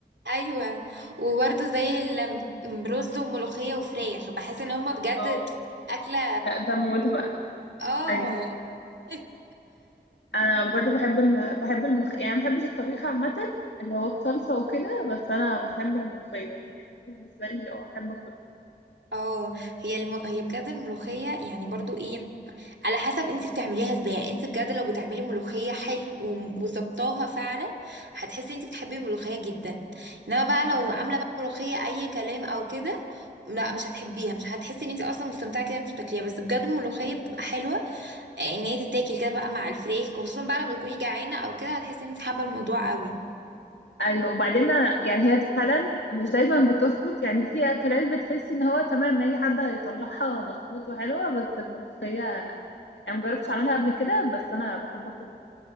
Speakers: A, on the right; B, on the left.
A: ايوه وبرضو زي الرز وملوخية وفراخ بحس ان هما بجد
B: اه
A: اكلة
B: لا ده موت بقى
A: اه
B: أيوة
A: <laughs>
B: أنا برضو بحب ال... بحب الملوخية يعني ما بحبش الطبيخ عامة اللي هو بصلصة وكده بس أنا بحب الملوخية يعني بالنسبة لي أه أحب
A: اه هي الم... هي بجد الملوخية يعني برضو ايه على حسب انت بتعمليها ازاي يعني انت بجد لو بتعملي ملوخية حلو وم- وظبطاها فعلا هتحسي انت بتحبي الملوخية جدا انما بقى لو
B: أكل
A: عاملة بقى ملوخية اي كلام او كده لا مش هتحبيها مش هتحسي ان انت اصلا مستمتعة كده وانت بتاكليها بس بجد الملوخية بتبقى حلوة إيه، ان هي تتاكل كده بقى مع الفريخ خصوصا بقى لما تكوني جعانة او كده هتحسي ان انت حابة الموضوع قوي
B: ايوه وبعدين أنا- يعني هي فعلا مش دايما بتظبط يعني في اكلات بتحسي ان هو تمام اي حد هيطلعها مظبوط وحلوه بس الملوخيه لا يعني مجربتش اعملها قبل كده بس انا بحب اكل ان